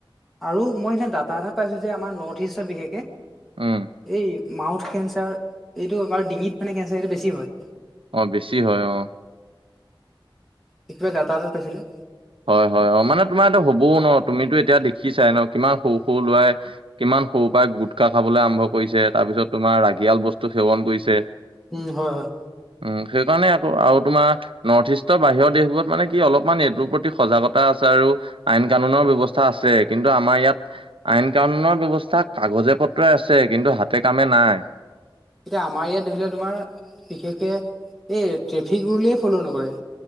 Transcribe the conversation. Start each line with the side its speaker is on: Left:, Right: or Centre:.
Centre: আৰু মই এনে ডাটা এটাত পাইছো যে আমাৰ নৰ্থ ইষ্টত বিশেষকে।
Right: উম
Centre: এই মাউথ কেঞ্চাৰ এইটো বাৰ ডিঙিত মানে কেঞ্চাৰ এইটো বেছি হয়।
Right: অ' বেছি হয় অ'
Centre: শিকোৱা ডাটা এটাত পাইছিলোঁ।
Right: হয় হয় অ, মানে তোমাৰ এ হবও ন তুমিতো এতিয়া দেখিছাই ন কিমান সৰু সৰু লোৱাই কিমান সৰু পাই গুটখা খাবলৈ আৰম্ভ কৰিছে তাৰ পিছত তোমাৰ ৰাগিয়াল বস্তু সেৱন কৰিছে।
Centre: উম হয় হয়।
Right: উম সেইকাৰণে আকৌ আৰু তোমাৰ নৰ্থ ইষ্টৰ বাহিৰৰ দেশবোৰত মানে কি অলপমান এইটোৰ প্ৰতি সজাগতা আছে আৰু আইন কানুনৰ ব্যৱস্থা আছে কিন্তু আমাৰ ইয়াত আইন কানুনৰ ব্যৱস্থা কাগজে পত্ৰই আছে কিন্তু হাতে কামে নাই।
Centre: এতিয়া আমাৰ ইয়াত ধৰিলোৱা তোমাৰ বিশেষকে এই ট্ৰেফিক ৰুলেই ফ'ল' নকৰে।